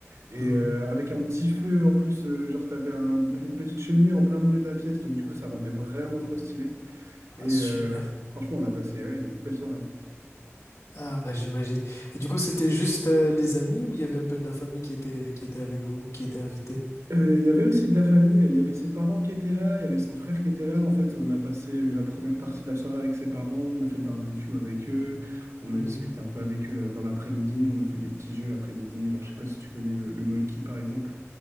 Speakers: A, on the right; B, on the left.
A: Et
B: Mhm.
A: euh, avec un petit feu en plus, euh, genre, t'avais un, t'avais une petite cheminée en plein milieu de la pièce, donc du coup, ça rendait vraiment trop stylé.
B: Ah,
A: Et
B: super.
A: euh, fr- franchement, on a passé ouais, une belle soirée.
B: Ah, bah, j'imagine. Et du coup, c'était juste euh, les amis ou il y avait un peu de la famille qui était, qui était avec vous, qui était invitée?
A: Euh, Il y avait aussi de la famille, il y avait ses parents qui étaient là, il y avait son frère qui était là. En fait, on a passé la première partie de la soirée avec ses parents, on a fait le barbecue avec eux, on
B: Mhm.
A: a discuté un peu avec eux là, dans l'après-midi, on a fait des petits jeux l'après-midi. Genre, je sais pas si tu connais le, le Molki par exemple,